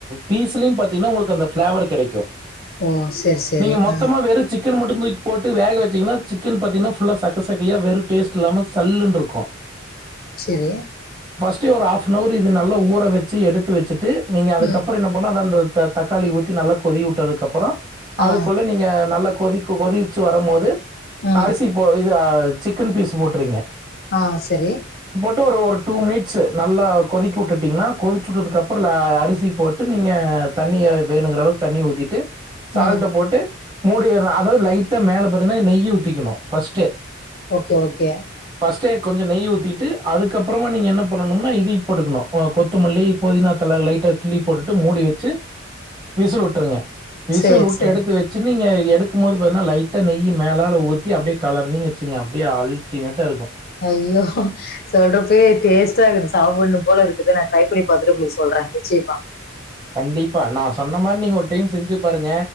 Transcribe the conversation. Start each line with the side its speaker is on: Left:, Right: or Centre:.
Right: பீஸ்லயு பாத்தின்னா உங்களுக்கு அந்த ஃப்ளாவர் கெடைக்கு
Left: ஓ! சரி, சரி.
Right: நீங்க மொத்தமா
Left: ஆ.
Right: வெறு சிக் க்கன மட்டு தூக்கி போட்டு வேக வச்சீங்கன்னா சிக்கன் பாத்தின்னா ஃபுல்லா சக்க சக்கையா வெறு டேஸ்ட் இல்லாம சல்லுனுருக்கு.
Left: சேரி
Right: ட்டு ஒரு ஹாஃப்னவர் இது நல்லா ஊற வச்சி எடுத்து வச்சிட்டு நீங்க அதுக்கப்பறோ
Left: ம்.
Right: என்ன பண்ணு அத அந்த த தக் தக்காளி ஊத்தி நல்லா கொதிவுட்டதுக் அப்பறோ அதுக்குள்ள
Left: ஆ.
Right: நீங்க நல்லக் கொதிக்க கொதி வச்சு வரம்போது
Left: ம்.
Right: அரிசி போய் ய சிக்கன் பீஸ் போட்டிறிங்கிக
Left: ஆஹ் சரி
Right: ட்டு ஒரு ஒரு டூ மினிட்ஸு நல்லா கொதிக்க விட்டுட்டீங்கனா கொதிச்ச விட்டதுக்கு அப்ற அரிசி போட்டு நீங்க தண்ணிய வேணுங்கற அளவுக்கு தண்ணி ஊத்திட்டு சால்ட்ட
Left: ம்.
Right: போட்டு மூடி விடணு அதாவது லைட்டா மேல பாத்தீங்கான நெய் ஊத்திக்கணு ஃபர்ஸ்ட்டு
Left: ஓகே ஓகே
Right: ஃபர்ஸ்ட்டே கொஞ்ச நெய் ஊத்திட்டு அதுக்கப்பறமா நீங்க என்ன பண்ணனும்னா இதய போட்டுக்கணு ஆ கொத்தமல்லி, பொதினா தழ லைட்டா கிள்ளி போட்டுட்டு மூடி வச்சு வீசில் விட்டுருங்க விசுல்
Left: சரி,
Right: விட்டு
Left: சரி.
Right: எடுத்து வச்சு நீங்க எடுக்கும் போது பாத்தீன லைட்டாக நெய் மேலல ஊற்றி அப்படியே கலரிங்கன வச்சுங்க அப்படியே அல்டிமேட்டா இருக்கும்
Left: ஐயோ சொல்றப்பயே டேஸ்ட்டா இருக்குது சாப்பிடணு போல இருக்குது நான் ட்ரை பண்ணி பாத்துட்டு உங்களுக்கு சொல்றே நிச்சயமா
Right: கண்டிப்பா நான் சொன்ன மாதிரி நீங்க ஒரு டைம் செஞ்சு பாருங்க